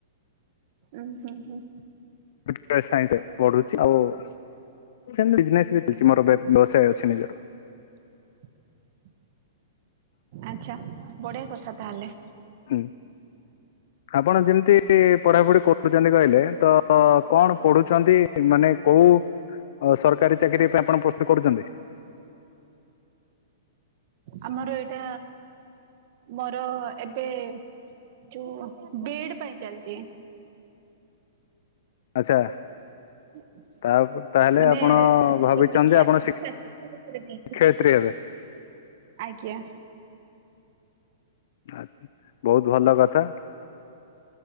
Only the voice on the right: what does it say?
ଉଁ ହୁଁ ହୁଁ
<inaudible> ଆଛା ବଢିଆ କଥା ତାହଲେ।
ଆମର ଏଇଟା ମୋର ଏବେ ଚୁ ବିଇଡି ପାଇଁ ଚାଲିଚି।
<inaudible>
ମାନେ
ଶିକ୍ଷା
ଶିକ୍ଷା ଶିକ୍ଷା କ୍ଷେତ୍ରରେ ନେଇକି।
ଆଜ୍ଞା।